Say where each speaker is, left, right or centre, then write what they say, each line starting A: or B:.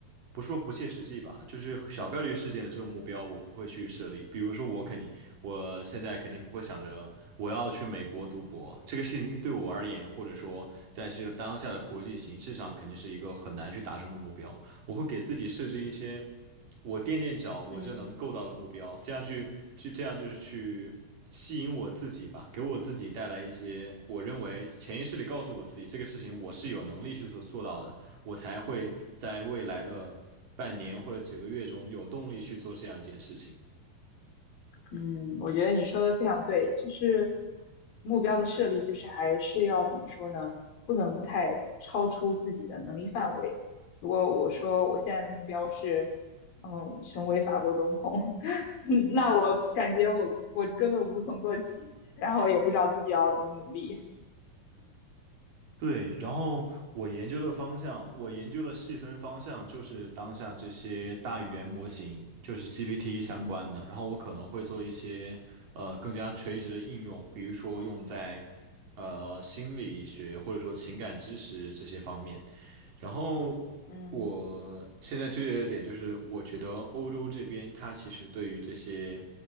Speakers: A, on the right (about 70°); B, on the left (about 80°).
A: 不是说不切实际吧，就是小概率事件的这种目标，我不会去设立。比如说，我肯定，我现在肯定不会想着我要去美国读博，这个事情对我而言，或者说在这个当下的国际形势上，肯定是一个很难去达成的目标。我会给自己设置一些我垫垫脚我就能够到的目标，
B: 嗯。
A: 这样去去这样就是去吸引我自己吧，给我自己带来一些我认为潜意识里告诉我自己这个事情我是有能力去做做到的，我才会在未来的半年或者几个月中有动力去做这样一件事情。
B: 嗯，我觉得你说的非常对，就是目标的设立，就是还是要怎么说呢？不能太超出自己的能力范围。如果我说我现在的目标是，嗯，成为法国总统，<laughs> 那我感觉我我根本无从做起，然后也不知道自己要怎么努力。
A: 对，然后我研究的方向，我研究的细分方向就是当下这些大语言模型，就是 GPT 相关的。
B: 嗯
A: 然后我可能会做一些呃更加垂直的应用，比如说用在呃心理学或者说情感知识这些方面。然后
B: 嗯
A: 我现在纠结的点就是，我觉得欧洲这边它其实对于这些